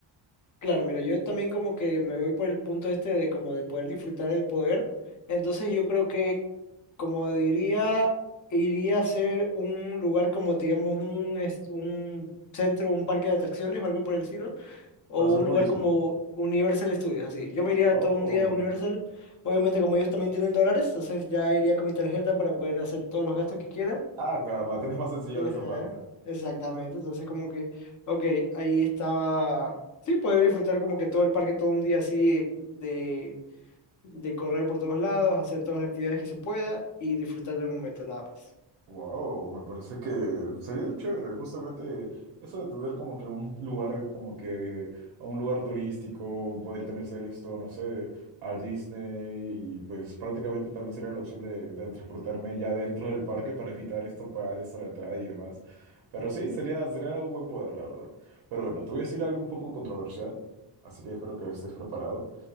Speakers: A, on the left (about 45°); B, on the right (about 65°).
A: Claro, mira, yo también como que me voy por el punto este de como de poder disfrutar del poder. Entonces yo creo que, como diría, iría a ser un lugar como, digamos, un, est- un centro, un parque de atracciones o algo por el estilo. o
B: para hacer
A: un
B: turismo.
A: lugar como Universal Studios, así. Yo me iría
B: Oh,
A: todo un día a Universal. Obviamente, como ellos también tienen dólares, entonces ya iría con mi tarjeta para poder hacer todos los gastos que quiera.
B: ah, claro, la tienes más sencilla de esa
A: Ajá,
B: parte.
A: exactamente. Entonces, como que, ok, ahí estaba. Sí, poder disfrutar como que todo el parque todo un día así de, de correr por todos lados, hacer todas las actividades que se pueda y disfrutar del momento, nada más.
B: Wow, me parece que sería chévere, justamente eso de tener como que un lugar, como que un lugar turístico, podría también ser esto, no sé, a Disney, y pues prácticamente también sería la opción de, de transportarme ya dentro del parque para evitar esto, pagar esto la entrada y demás. Pero sí, sería, sería un buen poder, la verdad. Pero bueno, te voy a decir algo un poco controversial, así que espero que estés preparado.